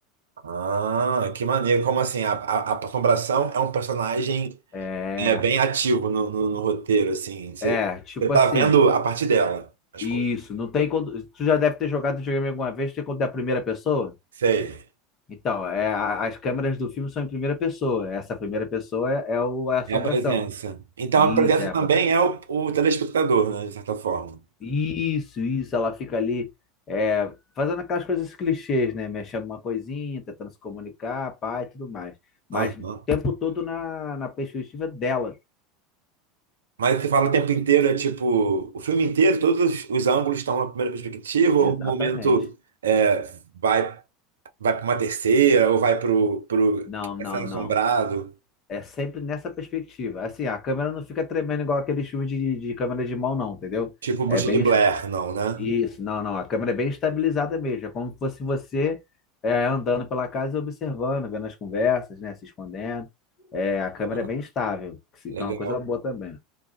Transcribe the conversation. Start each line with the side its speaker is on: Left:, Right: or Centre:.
Right: ah, que maneiro. Como assim? A, a, a Assombração é um personagem
Left: É,
Right: é bem ativo no, no, no roteiro, assim. Você,
Left: é, tipo
Right: você tá
Left: assim,
Right: vendo a parte dela, as
Left: isso,
Right: coisas.
Left: não tem quando, tu já deve ter jogado videogame alguma vez, tem quando é a primeira pessoa?
Right: Sei.
Left: Então, é, a- as câmeras do filme são em primeira pessoa, essa primeira pessoa é, é o, é a assombração.
Right: É a presença. Então
Left: Isso,
Right: a presença
Left: é,
Right: também é o, o telespectador, né? De certa forma.
Left: Isso, isso, ela fica ali é, fazendo aquelas coisas clichês, né? Mexendo uma coisinha, tentando se comunicar, pá e tudo mais. Mas
Right: Aham.
Left: o tempo todo na, na perspectiva dela.
Right: Mas você fala o tempo inteiro, é tipo, o filme inteiro, todos os os ângulos estão na primeira perspectiva, ou
Left: Exatamente.
Right: um momento é, vai, vai para uma terceira, ou vai pro, pro
Left: Não, não,
Right: Castelo
Left: não.
Right: Assombrado,
Left: É sempre nessa perspectiva. Assim, a câmera não fica tremendo igual aqueles filmes de, de câmera de mão, não, entendeu?
Right: tipo Bruxa
Left: É bem,
Right: de Blair, não, né?
Left: Isso, não, não. A câmera é bem estabilizada mesmo. É como se fosse você é, andando pela casa e observando, vendo as conversas, né? Se escondendo. É, a câmera
Right: Ah,
Left: é bem estável, que se-
Right: Legal.
Left: que é uma coisa boa também.